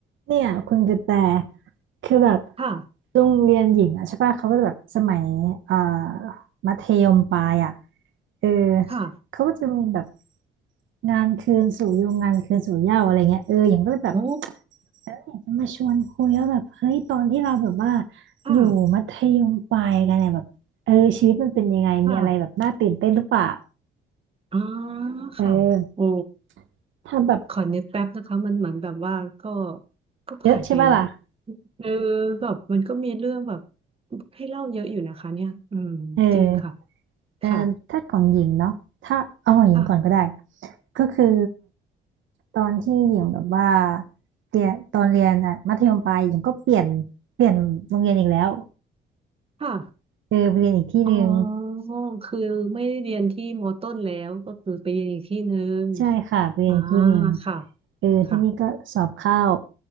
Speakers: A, on the right; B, on the right.
A: เนี่ยคุณกระแตคือแบบ
B: ค่ะ
A: โรงเรียนหญิงอ่ะใช่ป่ะเขาก็จะแบบสมัยเอ่อมัธยมปลายอ่ะเออ
B: ค่ะ
A: เขาก็จะมีแบบงานคืนสู่ยุงงานคืนสู่เหย้าอะไรเงี้ยเออหญิงก็เลยแบบ
B: โอ้
A: อยากจะมาชวนคุยว่าแบบเฮ้ยตอนที่เราแบบว่า
B: ค่ะ
A: อยู่มัธยมปลายกันเนี่ยแบบเออชีวิตมันเป็นยังไงมีอะไรแบบน่าตื่นเต้นหรือเปล่า
B: ค่ะอ๋อ
A: เออ
B: ค่ะโอ้
A: ทำแบบ
B: ขอนึกแป๊บนะคะมันเหมือนแบบว่าก็ก็ผ่านไป
A: เยอะใช่ป่ะล่ะ
B: เออแบบมันก็มีเรื่องแบบให้เล่าเยอะอยู่นะคะเนี่ยอืมจริงค่ะ
A: เออ เออถ้าของหญิงเนาะ
B: ค่ะ
A: ถ้าเอาของหญิงก่อนก็ได้
B: ค่ะ
A: ก็คือตอนที่หญิงแบบว่าเรียนตอนเรียนอ่ะมัธยมปลายหญิงก็เปลี่ยนเปลี่ยนโรงเรียนอีกแล้ว
B: ค่ะ
A: เออไปเรียนอีกที่หนึ่ง
B: อ๋อคือไม่ได้เรียนที่มต้นแล้วก็คือไปเรียนอีกที่หนึ่ง
A: ใช่ค่ะไปเรียนอีกที่หนึ่ง
B: อ่าค่ะ
A: เออที่นี่ก็สอบเข้า
B: ค่ะ